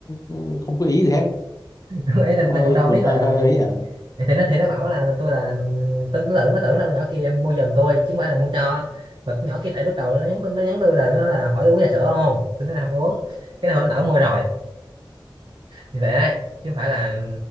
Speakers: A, on the left (about 45°); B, on the right (about 65°).
A: ờ, không có ý gì hết
B: <laughs> ấy là nó
A: cũng hơi
B: cũng đâu
A: buồn
B: biết
A: hơi
B: là
A: hơi ấy à
B: thì nó thì nó bảo là tôi là tôi nó tưởng nó tưởng là con nhỏ kia mua giùm tôi chứ không phải là mua cho mà con nhỏ kia tại lúc đầu nó nhắn nó nhắn tôi là nó là hỏi uống trà sữa không tôi nói là không uống cái này lỡ mua rồi thì vậy đấy chứ không phải là